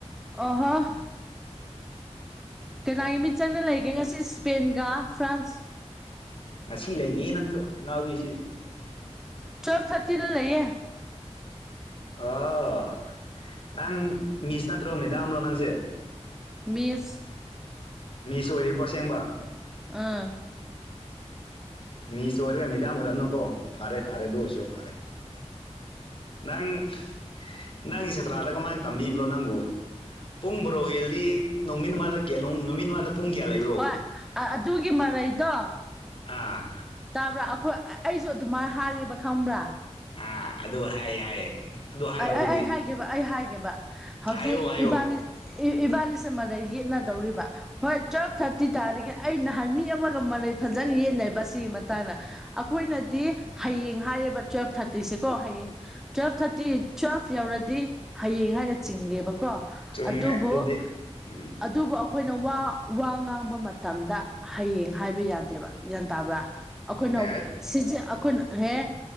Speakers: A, in the centre; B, on the left.
A: ꯑꯣꯍꯣ ꯀꯅꯥꯒꯤ ꯃꯤꯠ ꯆꯪꯅ ꯂꯩꯒꯦ ꯉꯁꯤ ꯏꯁꯄꯦꯟꯒ ꯐ꯭ꯔꯥꯟꯁ
B: ꯉꯁꯤ ꯂꯩꯇꯦ ꯅꯪꯁꯨ ꯑꯉꯥꯎꯕꯤꯁꯤ
A: ꯇꯨꯋꯦꯜꯞ ꯊꯥꯔꯇꯤꯗ ꯂꯩꯌꯦ
B: ꯑꯣ ꯅꯪ ꯃꯤꯁ ꯅꯠꯇ꯭ꯔꯣ ꯃꯦꯗꯥꯝꯂꯣ ꯅꯪꯁꯦ
A: ꯃꯤꯁ
B: ꯃꯤꯁ ꯑꯣꯏꯔꯤꯕꯣ ꯑꯁꯦꯡꯕ
A: ꯑꯥ
B: ꯃꯤꯁ ꯑꯣꯏꯔꯒ ꯃꯤꯗꯥꯝ ꯑꯣꯏꯔꯝ ꯅꯀꯣ ꯐꯔꯦ ꯐꯥꯔꯦ ꯑꯗꯨ ꯑꯣꯏꯁꯨ ꯐꯥꯔꯦ ꯅꯪ ꯅꯪꯒꯤ ꯁꯥꯇ꯭ꯔꯗ ꯀꯃꯥꯏꯅ ꯇꯝꯕꯤꯕ꯭ꯔꯣ ꯅꯪꯕꯨ ꯄꯨꯡ ꯕ꯭ꯔꯣ ꯍ‌ꯦꯜꯂꯗꯤ ꯅꯃꯤꯠꯃꯥꯂꯒ‌ꯦ ꯅꯨꯃꯤꯠꯃꯥꯗ ꯄꯨꯡ ꯀꯌꯥ ꯂꯩ
A: ꯍꯣꯏ ꯑꯗꯨꯒꯤ ꯃꯔꯩꯗꯣ
B: ꯑꯥ
A: ꯇꯥꯕ꯭ꯔꯥ ꯑꯩꯈꯣꯏ ꯑꯩꯁꯨ ꯑꯗꯨꯃꯥꯏꯅ ꯍꯥꯏꯌ‌ꯦꯕ ꯈꯪꯕ꯭ꯔꯥ
B: ꯑꯥ ꯑꯗꯨ ꯍꯥꯏꯌꯦ ꯍꯥꯏꯌꯦ꯫ ꯑꯗꯨ ꯍꯥꯏꯔꯣ
A: ꯑꯩ
B: ꯑꯗꯨꯗꯤ
A: ꯑꯩ ꯑꯩ ꯍꯥꯏꯒꯦꯕ ꯑꯩ ꯍꯥꯏꯒꯦꯕ ꯍꯧꯖꯤꯛ
B: ꯍꯥꯏꯌꯣ ꯍꯥꯏꯌꯣ
A: ꯏꯕꯥꯅꯤ ꯎ ꯏꯕꯥꯅꯤꯁꯦ ꯃꯔꯩ ꯌꯦꯠꯅꯗꯧꯔꯤꯕ ꯍꯣꯏ ꯇꯨꯋꯦꯜꯐ ꯊꯥꯔꯇꯤ ꯇꯥꯔꯒ‌ꯦ ꯑꯩ ꯅꯍꯥꯟ ꯃꯤ ꯑꯃꯒ ꯃꯔꯩ ꯐꯖꯅ ꯌꯦꯠꯅꯩꯕ ꯁꯤꯒꯤ ꯃ ꯇꯥꯡꯅ ꯑꯩꯈꯣꯏꯅꯗꯤ ꯍꯌꯦꯡ ꯍꯥꯏꯌꯦꯕ ꯇꯨꯋ‌ꯦꯜꯐ ꯊꯥꯔꯇꯤꯁꯦꯀꯣ ꯍꯌꯦꯡ ꯇꯨꯋ‌ꯦꯜꯐ ꯊꯥꯔꯇꯤ ꯇꯨꯋꯦꯜꯐ ꯌꯧꯔꯗꯤ ꯍꯌꯦꯡ ꯍꯥꯏꯅ ꯆꯤꯡꯂꯦꯕꯀꯣ
B: ꯆꯨꯝꯃꯦ
A: ꯑꯗꯨꯕꯨ
B: ꯑꯗꯨꯕꯨꯗꯤ ꯎꯝ
A: ꯑꯗꯨꯕꯨ ꯑ ꯑꯩꯈꯣꯏꯅ ꯋꯥ ꯋꯥ ꯉꯥꯡꯕ ꯃꯇꯝꯗ ꯍꯌꯦꯡ ꯍꯥꯏꯕ ꯌꯥꯗꯦꯕ ꯒ꯭ꯌꯥꯟ ꯇꯥꯕ꯭ꯔꯥ ꯑꯩꯈꯣꯏꯅ
B: ꯗꯦꯠ
A: ꯁꯤꯁ‍ꯦ ꯑꯩꯈꯣꯏꯅ ꯍ‌‌ꯦ